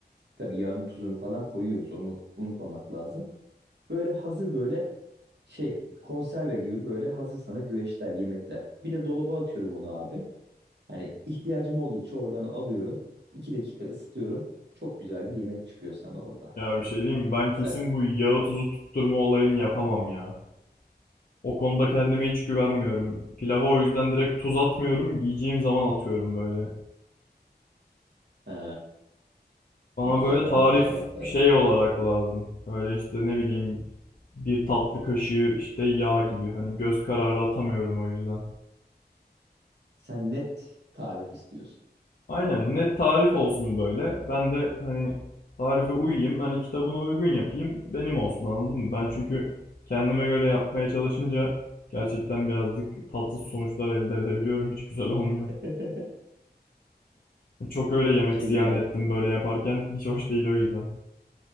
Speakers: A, on the right; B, on the left.
A: Tabii yağını tuzunu falan koyuyoruz onu unutmamak lazım. Böyle hazır böyle şey konserve gibi böyle hazır sana güveçler, yemekler. Bir de dolaba atıyorum onu abi. Hani ihtiyacım oldukça oradan alıyorum. İki dakika ısıtıyorum. Çok güzel bir yemek çıkıyor sana orada.
B: Ya bir şey diyeyim mi? Ben
A: Sen,
B: kesin bu yağı tuzu tutturma olayını yapamam ya. O konuda kendime hiç güvenmiyorum. Pilava o yüzden direkt tuz atmıyorum. Yiyeceğim zaman atıyorum böyle.
A: Ha,
B: Bana
A: bir
B: böyle
A: yerden
B: tarif
A: başlamak lazım.
B: şey olarak lazım. Böyle işte ne bileyim bir tatlı kaşığı işte yağ gibi. Hani göz kararı atamıyorum o yüzden.
A: Sen net tarif istiyorsun.
B: Aynen net tarif olsun böyle. Ben de hani tarife uyayım. Hani kitabına uygun yapayım. Benim olsun anladın mı? Ben çünkü kendime göre yapmaya çalışınca gerçekten birazcık tatsız sonuçlar elde edebiliyorum. Hiç güzel olmuyor.
A: <laughs>
B: Çok öyle yemek
A: Şey
B: ziyan
A: gel
B: ettim böyle yaparken. Hiç hoş değil o yüzden.